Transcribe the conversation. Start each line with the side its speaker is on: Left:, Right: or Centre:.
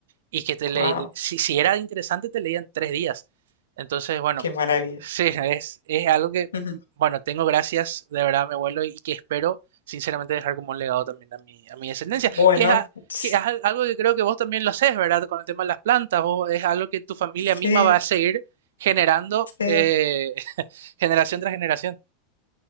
Right: Y que te le,
Left: wow,
Right: si, si era interesante te leían tres días. Entonces, bueno,
Left: qué maravilla.
Right: sí, es, es algo que,
Left: Ujú.
Right: bueno, tengo gracias de verdad a mi abuelo y que espero sinceramente dejar como un legado también a mi, a mi descendencia,
Left: Bueno,
Right: que es, a-
Left: s-
Right: que es al- algo que creo que vos también lo haces, ¿verdad? Con el tema de las plantas, vos es algo que tu familia
Left: sí,
Right: misma va a seguir generando
Left: sí.
Right: eh, <laughs> generación tras generación.